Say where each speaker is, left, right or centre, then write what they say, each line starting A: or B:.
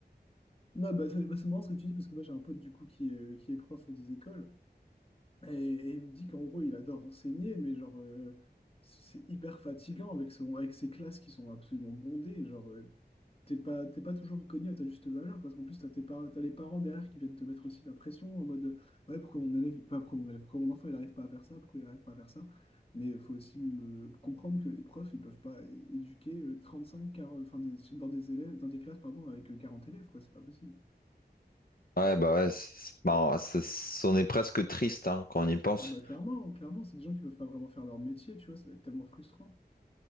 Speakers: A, on the left; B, on the left.
A: Non, bah, c'est bah, c'est marrant ce que tu dis, parce que moi j'ai un pote du coup qui est, euh, qui est prof des écoles. Et, et il me dit qu'en gros, il adore enseigner, mais genre, euh, c'est hyper fatigant avec son, avec ses classes qui sont absolument bondées. Genre, euh, t'es pas, t'es pas toujours reconnu à ta juste valeur, parce qu'en plus, t'as tes parents, t'as les parents derrière qui viennent te mettre aussi la pression en mode, ouais, pourquoi mon élève, pas pourquoi mon élève, pourquoi mon enfant, il n'arrive pas à faire ça, pourquoi il n'arrive pas à faire ça. Mais il faut aussi me comprendre que les profs, ils peuvent pas é- éduquer euh, 35, 40, enfin, des- dans des élèves, dans des classes, pardon, avec euh, 40 élèves, quoi, c'est pas possible.
B: Ouais, bah ouais, c'est- c'est- bah, ça- c'en est presque triste hein, quand on y pense.
A: Ah bah clairement, clairement, c'est des gens qui peuvent pas vraiment faire leur métier, tu vois, ça doit être tellement frustrant.